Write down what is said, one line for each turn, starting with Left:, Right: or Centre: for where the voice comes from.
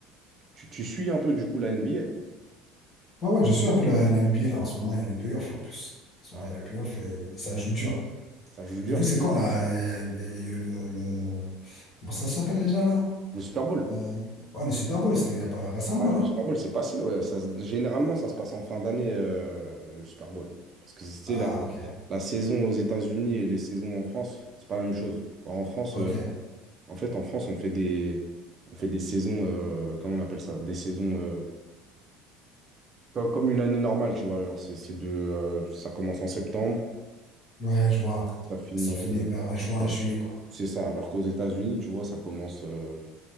Right: tu, tu suis un peu, du coup, la NBA?
Left: Ouais, ouais, je suis un peu la, la NBA là. En ce moment, il y a les playoffs en plus. En ce
Right: Ah,
Left: moment, il
Right: voilà.
Left: y a les playoffs et ça joue dur.
Right: Ça, je vous jure,
Left: Et vous, c'est quand là? Il y a, il y a- il y a- il y a eu le, le- Comment ça s'appelle déjà là?
Right: le Super Bowl.
Left: Euh, Ouais, le Super Bowl, c'était il y a pas récemment,
Right: Ouais,
Left: non?
Right: le Super Bowl, c'est passé. Ouais. Ça, se- généralement, ça se passe en fin d'année, euh, le Super Bowl. Parce que c'était
Left: Ah,
Right: la,
Left: ok.
Right: la saison aux États-Unis et les saisons en France, c'est pas la même chose. Enfin, En France,
Left: Ok.
Right: euh, en fait, en France, on fait des, on fait des saisons, euh, comment on appelle ça? Des saisons euh, comme, comme une année normale, tu vois. Genre, c'est c'est de, euh, ça commence en septembre,
Left: Ouais, je vois.
Right: ça finit.
Left: Et ça finit
Right: euh,
Left: vers juin,
Right: ouais,
Left: juillet, quoi.
Right: c'est ça. Alors qu'aux États-Unis, tu vois, ça commence. euh,